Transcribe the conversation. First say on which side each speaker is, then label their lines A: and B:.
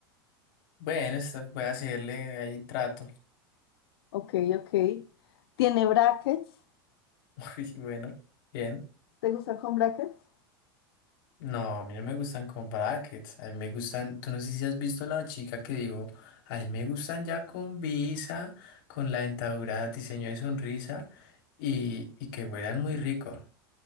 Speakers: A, on the left; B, on the left.
A: Bueno, esta- voy a hacerle ahí trato.
B: Ok, ok. ¿Tiene brackets?
A: <laughs> Uy, Bueno, bien.
B: ¿Te gustan con brackets?
A: No, a mí no me gustan con brackets, a mí me gustan, tú no sé si has visto la chica que digo, a mí me gustan ya con visa, con la dentadura, diseño de sonrisa y, y que huelan muy rico.